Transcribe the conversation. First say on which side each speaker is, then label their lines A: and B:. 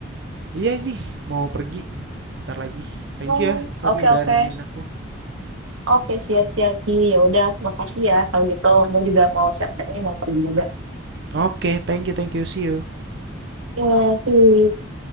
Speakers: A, on the right; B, on the right.
A: Iya ini mau pergi bentar lagi. Thank
B: Oh,
A: you ya tapi
B: oke
A: udah
B: oke.
A: nemenin aku.
B: Oke, siap-siap sih. Ya udah, makasih ya kalau gitu. Gue juga mau siap-siap nih mau pergi juga.
A: Oke, okay, thank you, thank you, see you.
B: Iya sih.